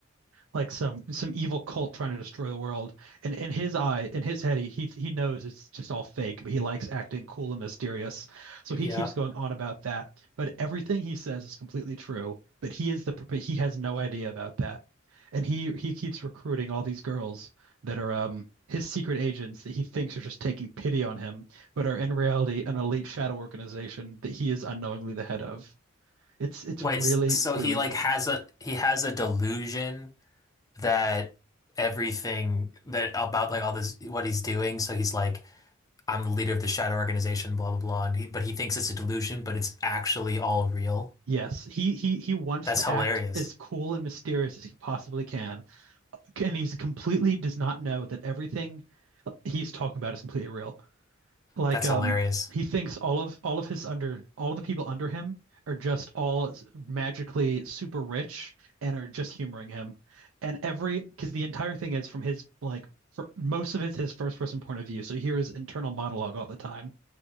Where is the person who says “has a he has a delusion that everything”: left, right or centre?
Left